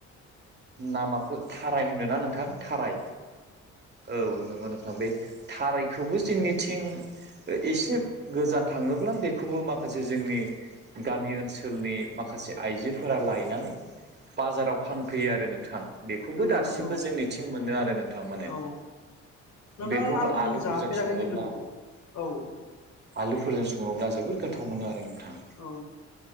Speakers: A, on the right; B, on the left.
A: नामा थाराय होनोना नोंथां थाराय औ नंगौ नों बे थारायखौबो जोंनिथिं एसे गोजान थांङोब्ला बेखौबो माखासे जोंनि गामि ओनसोलनि माखासे आइजोफोरा लायनानै बाजाराव फानफैयो आरो नोंथां बेखौबो
B: नंगौ
A: दासिमबो
B: नंगौ
A: जोंनिथिं मोनो आरो नोंथां माने
B: औ नोंथां
A: बेखौबो
B: आं
A: आलुफोरजों
B: जाफेराखै
A: सङोब्ला
B: खिन्थु बेखौ औ औ
A: आलुफोरजों सङोब्ला जोबोद गोथाव मोनो आरो नोंथां
B: औ